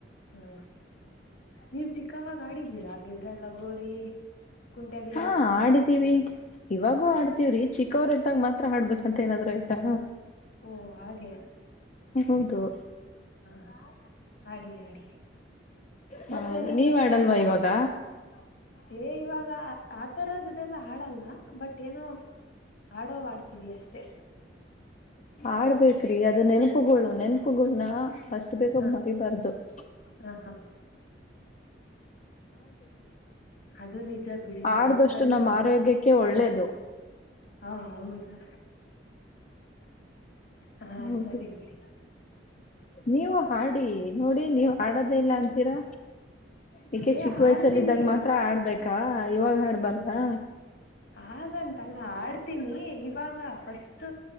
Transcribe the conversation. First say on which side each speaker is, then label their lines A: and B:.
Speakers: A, on the left; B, on the left.
A: ಹ್ಮ ನೀವ್ ಚಿಕ್ಕವಾಗ ಆಡಿದ್ದೀರಾ ಹಾಗಿದ್ರೆ ಲಗೋರಿ. ಕುಂಟೆಬಿಲ್ಲೆ
B: ಹಾ
A: ಎಲ್ಲ
B: ಆಡಿದ್ದೀವಿ. ಇವಾಗೂ
A: ಹ
B: ಆಡ್ತವ್ರಿ ಚಿಕ್ಕವರು ಇದ್ದಾಗ ಮಾತ್ರ ಆಡ್ಬೇಕಂತ ಏನಾದ್ರು ಆಯ್ತಾ.
A: ಓ ಹಾಗೆ.
B: ಹೌದು.
A: ಹಾ ಅಡಿ ಆಡಿ.
B: ಹೌದು
A: ಮತ್ತೆ ನಿಮ್ಗೆ.
B: ನೀವ್ ಆಡಲ್ವಾ ಇವಾಗ
A: <inaudible> ಏ ಇವಾಗ ಆ ತರದ ಇದೆಲ್ಲ ಹಾಡಲ್ಲ ಬಟ್ ಏನೋ ಹಾಡೋಡ್. ತಿವಿ ಅಷ್ಟೇ.
B: ಆಡ್ಬೇಕ್ರಿ ಅದು ನೆನಪುಗಳು ನೆನಪುಗಳನ. ಅಷ್ಟು ಬೇಗ
A: ಹ
B: ಮರಿಬರ್ದು. <inaudible>
A: ಹ ಹಾ ಅದು ನಿಜ ಬಿಡಿ ನೆನ್ಪುಗಲ್
B: ಆಡ್ದಷ್ಟು ನಮ್ಮ
A: ನ ಮರಿಬರ್ದು.
B: ಆರೋಗ್ಯಕ್ಕೆ ಒಳ್ಳೇದು
A: ಹಾ ಹೌದಾ. ಹಾ
B: ಹೌದು
A: ಸರಿ ಬಿಡಿ.
B: ನೀವು ಹಾಡಿ ನೋಡಿ ನೀವು ಹಾಡೋದೇ ಇಲ್ಲ ಅಂತೀರಾ. ಯಾಕೆ
A: ಏ
B: ಚಿಕ್ಕ ವಯಸ್ಸಲ್ಲಿದ್ದಾಗ
A: ಆಡ್ತೀನಿ
B: ಮಾತ್ರ ಹಾಡ್ಬೇಕಾ ಇವಾಗ ಹಡ್ಬಾರ್ದಾ.
A: ಹಾಗಂತಲ್ಲ ಆಡ್ತೀನಿ ಇವಾಗ ಫಸ್ಟ್